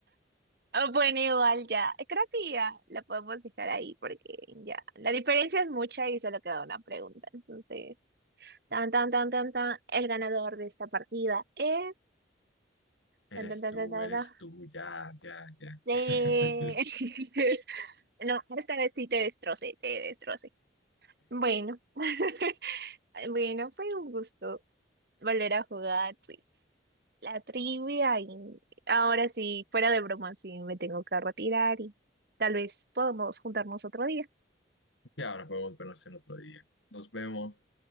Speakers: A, on the right; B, on the left.
A: Ah, Bueno, igual ya, creo que ya la podemos dejar ahí porque ya, la diferencia es mucha y solo queda una pregunta. Entonces, tan, tan, tan, tan, tan, el ganador de esta partida es...
B: Eres
A: Tan, tan, tan,
B: tú,
A: tan, tan,
B: eres
A: tan,
B: tú, ya, ya, ya.
A: de...
B: <laughs>
A: <laughs> No, esta vez sí te destrocé, te destrocé. Bueno. <laughs> Bueno, fue un gusto volver a jugar, pues, la trivia y ahora sí, fuera de broma, sí, me tengo que retirar y tal vez podamos juntarnos otro día.
B: Y ahora podemos vernos en otro día. Nos vemos.